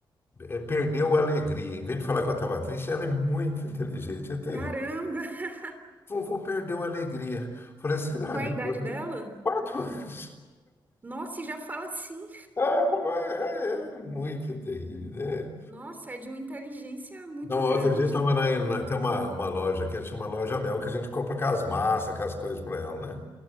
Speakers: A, on the left (about 30°); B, on the right (about 20°).
A: eh, perdeu a alegria. Em vez de falar que eu estava triste, ela é muito inteligente. Até
B: Caramba! <laughs>
A: vovô perdeu a alegria. Eu Falei assim, ah,
B: Qual
A: meu
B: é a idade
A: Deus,
B: dela?
A: quatro anos.
B: Nossa, e já fala assim.
A: Ah, falou, é, é, é muito terrível, né?
B: Nossa, é de uma inteligência muito
A: Não, outro
B: grande.
A: dia tava na, na- tem uma, uma loja que é uma loja Mel que a gente compra aquelas massas, aquelas coisas para ela, né?